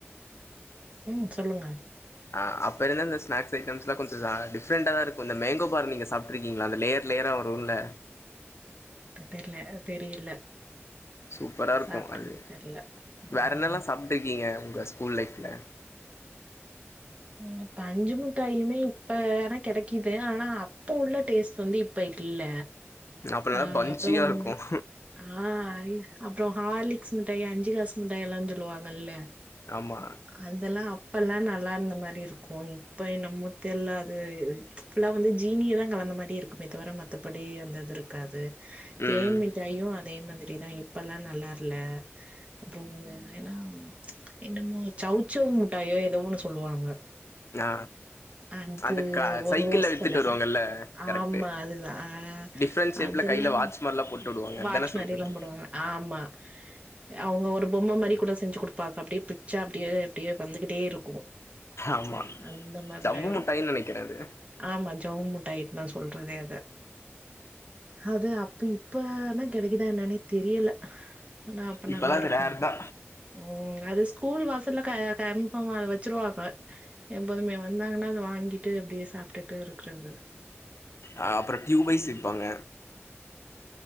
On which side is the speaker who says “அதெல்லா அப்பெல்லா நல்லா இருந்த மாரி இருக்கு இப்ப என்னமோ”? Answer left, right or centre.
Right